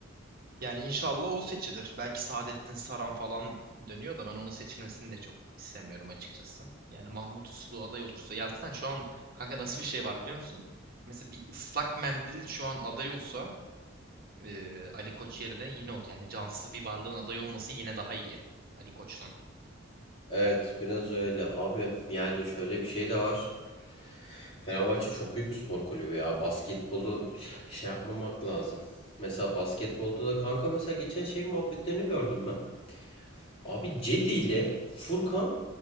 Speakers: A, on the right; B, on the left.
A: Yani inşallah o seçilir. Belki Saadettin Saran falan dönüyor da ben onun seçilmesini de çok istemiyorum açıkçası. Yani Mahmut Uslu aday olursa ya zaten şu an kanka nasıl bir şey var biliyor musun? Mesela bir ıslak mendil şu an aday olsa e, Ali Koç yerine yine o yani cansız bir varlığın aday olması yine daha iyi Ali Koç'tan.
B: Evet biraz öyle. Abi yani şöyle bir şey de var. Fenerbahçe çok büyük bir spor kulübü ya. Basketbolu şey yapmamak lazım. Mesela basketbolda da kanka mesela geçen şey muhabbetlerini gördüm ben. Abi Cedi ile Furkan